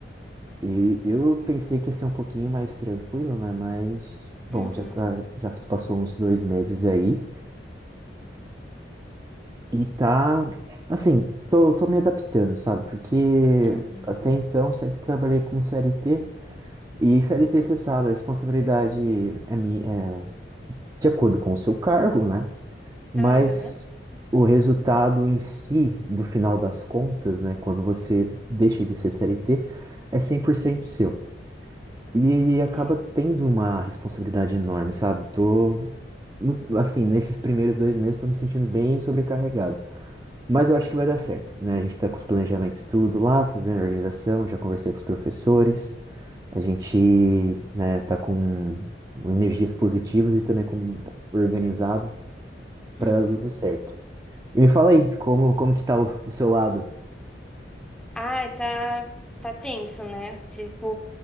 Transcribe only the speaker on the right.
e eu pensei que ia ser um pouquinho mais tranquilo, né? Mas, bom,
já tá, já se passou uns dois meses aí. E tá, assim, tô, tô me adaptando, sabe? Porque
até então sempre trabalhei com CLT. E CLT, você sabe, a responsabilidade é, mi- é de acordo com o seu cargo, né? Mas
o resultado em si, do final das contas, né? Quando você deixa de ser CLT, é 100% seu. E acaba
tendo uma responsabilidade enorme, sabe? Tô, no- assim, nesses primeiros dois meses, tô me sentindo bem sobrecarregado. Mas eu acho que vai dar certo, né? A gente tá com os planejamentos tudo lá, fazendo a organização, já conversei com os professores, a gente, né, tá com energias positivas e também com organizado para
dar tudo certo. E me fala aí, como, como que tá o, o seu lado?